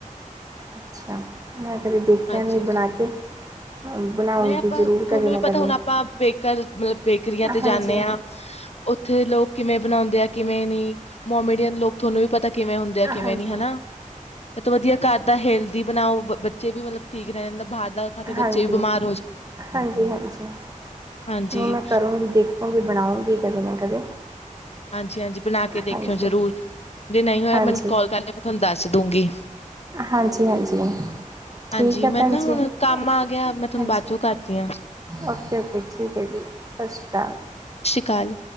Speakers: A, on the right (about 25°); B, on the left (about 50°).
A: ਅੱਛਾ ਮੈਂ ਕਦੇ ਦੇਖਿਆ
B: ਹਾਂਜੀ
A: ਨੀ। ਤੇ ਬਣਾ ਕੇ। ਬਣਾਉਂਗੀ
B: ਨਹੀਂ ਆਪਾਂ
A: ਜ਼ਰੂਰ
B: ਤੁਹਾਨੂੰ
A: ਕਦੇ ਨਾ
B: ਵੀ,
A: ਕਦੇ
B: ਪਤਾ ਹੁਣ ਆਪਾਂ ਬੇਕਰ ਮਤਲਬ। ਬੇਕਰੀਆਂ ਤੇ,
A: ਹਾਂਜੀ
B: ਜਾਂਦੇ
A: ਹਾਂਜੀ
B: ਹਾਂ ਉੱਥੇ ਲੋਕ ਕਿਵੇਂ ਬਣਾਉਂਦੇ ਆ। ਕਿਵੇਂ ਨੀ ਮੋਮੀੇਡੀਅਨ ਲੋਕ ਥੋਨੂੰ ਵੀ ਪਤਾ ਕਿਵੇਂ ਹੁੰਦੇ ਆ, ਕਿਵੇਂ
A: ਹਾਂਜੀ
B: ਨੀ ਹਨਾ, ਇਹ ਤਾਂ ਵਧੀਆ ਘਰ ਦਾ, ਹੇਲਦੀ ਬਣਾਓ ਬੱਚੇ ਵੀ ਮਤਲਬ ਠੀਕ ਰਹਿ ਜਾਂਦਾ ਬਾਹਰ ਦਾ ਖਾਕੇ,
A: ਹਾਂਜੀ
B: ਬੱਚੇ ਵੀ ਬਿਮਾਰ
A: ਹਾਂਜੀ, ਹਾਂਜੀ ਨਹੀਂ
B: ਹਾਂਜੀ,
A: ਮੈਂ ਕਰੂੰਗੀ ਦੇਖ ਓ ਵੀ, ਬਣਾਉਂਗੀ ਕਦੇ ਨਾ ਕਦੇ
B: ਹਾਂਜੀ, ਹਾਂਜੀ ਬਣਾ ਕੇ ਦੇਖਿਓ
A: ਹਾਂਜੀ
B: ਜ਼ਰੂਰ, ਜੇ ਨਹੀਂ ਹੋਇਆ
A: ਹਾਂਜੀ
B: ਮੈਨੂੰ ਕੌਲ ਕਰ ਲਿਆ ਮੈਂ ਤੁਹਾਨੂੰ ਦੱਸ ਦੂੰਗੀ।
A: ਹਾਂਜੀ, ਹਾਂਜੀ ਠੀਕ
B: ਹਾਂਜੀ
A: ਹੈ
B: ਮੈਂ
A: ਭੈਣ
B: ਨਾ ਹੁਣ
A: ਜੀ। ਓਕੇ
B: ਕੰਮ ਆ ਗਿਆ ਮੈਂ ਤੁਹਾਨੂੰ
A: ਹਾਂਜੀ
B: ਬਾਅਦ ਚੋਂ ਕਰਦੀ ਹਾਂ
A: ਓਕੇ- ਓਕੇ ਠੀਕ ਹੈ ਜੀ। ਸਤਿ ਸ਼੍ਰੀ ਅਕਾਲ।
B: ਕੱਲ